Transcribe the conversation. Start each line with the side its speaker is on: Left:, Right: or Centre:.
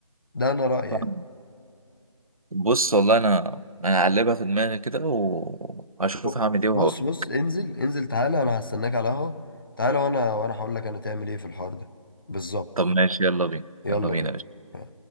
Left: ده انا رايي
Right: فاهم.
Left: يعني
Right: بص والله انا انا هقلبها في دماغي كده وهشوف
Left: ب-
Right: هعمل ايه وهقول
Left: بص بص انزل انزل تعالى انا هستناك على القهوه تعالى وانا وانا هقول لك انا تعمل ايه في الحوار ده بالظبط
Right: طب ماشي يلا بينا
Left: يلا
Right: يلا بينا
Left: بينا